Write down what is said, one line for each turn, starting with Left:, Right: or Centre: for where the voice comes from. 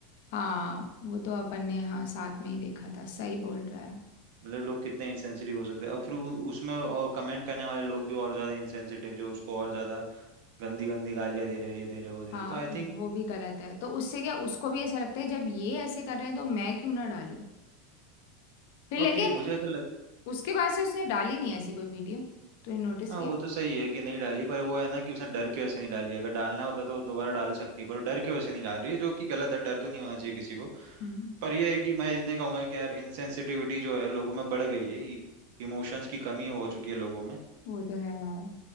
Left: हाँ वो तो अपन ने हाँ साथ में ही देखा था सही बोल रहा है
Right: मतलब लोग कितने इंसेंसिटिव हो सकते हैं अब फिर उ- उसमें और कमेंट करने वाले लोग भी और ज्यादा इंसेंसिटिव जो उसको और ज्यादा गंदी गंदी गालियां दे रहे हैं ये दे रहे हैं, वो दे रहे
Left: हाँ
Right: हैं। तो आई थिंक
Left: वो भी गलत है तो उससे क्या उसको भी ऐसा लगता है जब ये ऐसे कर रहे हैं तो मैं क्यों ना डालूं फिर
Right: और
Left: लेकिन
Right: कि मुझे ऐसा लग-
Left: उसके बाद से उसने डाली नहीं ऐसी कोई वीडियो तूने नोटिस
Right: हाँ
Left: किया
Right: वो तो सही है कि नहीं डाली पर वो है ना कि उसने डर के वजह से नहीं डाली अगर डालना होता तो वो दोबारा डाल सकती है पर वो डर के वजह से नहीं डाल रही है जो कि गलत है डर तो नहीं होना चाहिए किसी को
Left: हम्म
Right: पर यह है कि मैं इतने कहूंगा कि यार इनसेंसिटिविटी जो है लोगों में बढ़ गई है इमोशंस की कमी हो चुकी है लोगों में
Left: वो तो है यार